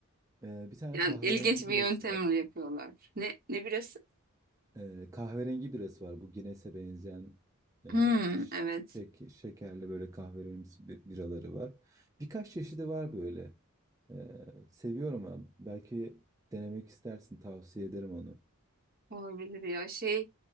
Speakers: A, on the right; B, on the right.
A: Ee, bir tane
B: Yani
A: kahverengi
B: ilginç bir
A: birası
B: yöntemle
A: var.
B: yapıyorlar. Ne ne birisi?
A: Ee, kahverengi birası var. Bu Guinness'e benzeyen e,
B: Hmm,
A: ş-
B: evet.
A: şek- şekerli böyle kahverengi bi- biraları var. Birkaç çeşidi var böyle. Ee, seviyorum ben. Belki denemek istersin. Tavsiye ederim onu.
B: Olabilir ya. Şey